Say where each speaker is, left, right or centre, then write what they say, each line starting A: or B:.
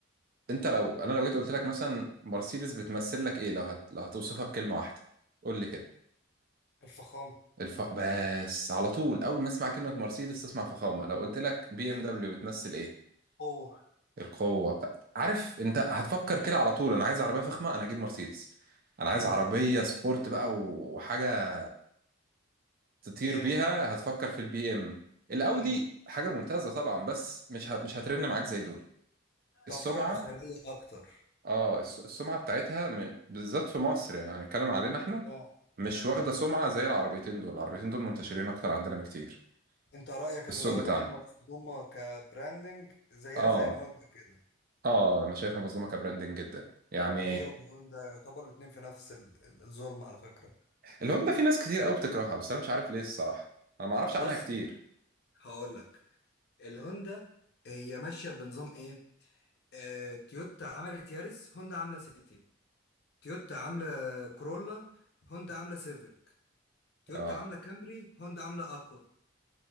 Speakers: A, on the right; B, on the left.
A: انت لو انا لو جيت قلت لك مثلا مرسيدس بتمثل لك ايه لو هت... لو هتوصفها بكلمه واحده قول لي كده
B: الفخامه
A: الف... بس على طول اول ما اسمع كلمه مرسيدس تسمع فخامه لو قلت لك بي
B: بالظبط
A: ام دبليو بتمثل ايه
B: هو
A: القوه عارف انت هتفكر كده على طول انا عايز عربيه فخمه انا هجيب مرسيدس انا عايز
B: امم
A: عربيه سبورت بقى وحاجه تطير
B: بي
A: بيها
B: ام
A: هتفكر في البي ام الاودي
B: امم
A: حاجه ممتازه طبعا بس مش هت- مش هترن معاك زي دول السمعه
B: تعتبر اسريه اكتر
A: اه الس- السمعه بتاعتها م- بالذات في مصر يعني هنتكلم علينا احنا
B: آه.
A: مش واخده سمعه زي العربيتين دول العربيتين دول منتشرين اكتر عندنا بكتير
B: انت رأيك
A: في السوق
B: ان العربية
A: بتاعنا
B: دي مصدومة كبراندنج زيها
A: اه
B: زي الهوندا كده
A: اه انا شايفها مظلومه كبراندنج جدا يعني
B: هي والهوندا يعتبر الاتنين في نفس ال- ال- الظلم على فكرة
A: الهوندا في ناس كتير قوي بتكرهها بس انا مش عارف ليه الصراحه انا ما اعرفش عنها
B: بص
A: كتير
B: هقول لك الهوندا هي ماشيه بنظام ايه آه، تويوتا عملت يارس هوندا عامله سيتي تويوتا عامله كرولا هوندا عامله سيفيك تويوتا
A: اه
B: عامله كامري هوندا عامله اكورد